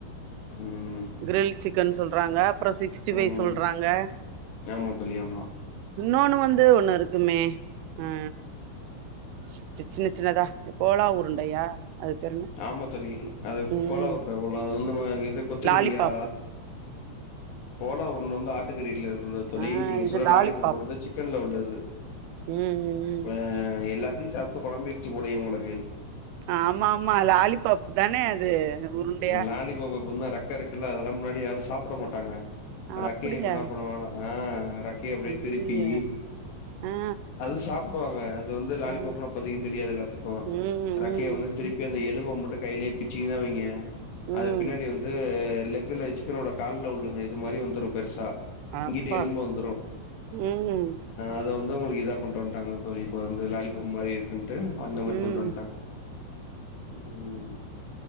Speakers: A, on the left; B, on the right.
A: ம்
B: க்ரில் சிக்கன் சொல்றாங்க அப்பறோ சிக்ஸ்டி ஃபைவ்
A: ம்
B: சொல்றாங்க
A: ஆமா தோழி ஆமா
B: இன்னொன்னு வந்து ஒன்னு இருக்குமே அ சி சின்ன சின்னதா கோலா உருண்டையா அது பேரு என்ன
A: ஆமா தோழி அது
B: ம்
A: கோலா உருண்ட போலா அது வந்து இ கொத்துக்கறியா
B: லாலிபாப்பு
A: கோலா உருண்ட வந்து ஆட்டுக்கறி இல்ல உள்ள தோழி
B: ஆ
A: நீங்க
B: இது
A: சொன்ன
B: லாலிபாப்
A: லாலிபாப்பு வந்து சிக் சிக்கன்ல உள்ளது
B: ம் ம் ம்
A: அ எல்லாத்தையு சாப்டு கொழம்பிருச்சு போலயே உங்களுக்கு
B: ஆம்மாமா லாலிபப் தானே அது உருண்டையா
A: லாலிபாப் இப்பந்தா ரெக்க இருக்குல்ல அதெல்லாம் முன்னாடி யாரு சாப்புட மாட்டாங்க ரக்கைய
B: அப்டியா
A: இப்பண்ணா பண்ணுவாங்கனா ஆ ரக்கி அப்டியே
B: ஐய்யய்ய
A: திருப்பி
B: ஆ
A: அது சாப்டுவாங்க அது வந்து லாலிபப்னா
B: ம்
A: இப்பதிக்கு தெரியாதுல எல்லாத்துக்கு
B: ம்
A: ரக்கைய
B: ம்
A: வந்து திருப்பி அந்த எலும்ப மட்டு கைலயே பிச்சீங்கனா வைங்க
B: ம்
A: அது பின்னாடி வந்து லெக்குல சிக்கனோட கால்ல உள்ள இது மாரி வந்துரு பெருசா
B: அப்பா
A: இங்கிட்டு எலும்பு வந்துரு
B: ம் ம்
A: அத வந்து உங்களுக்கு இதா கொண்டு வந்துட்டாங்க தோழி இப்ப வந்து லாலிபப்பு மாரி இருக்குன்ட்டு அந்த மாரி
B: ம் ம்
A: கொண்டு வந்ட்டாங்க ம்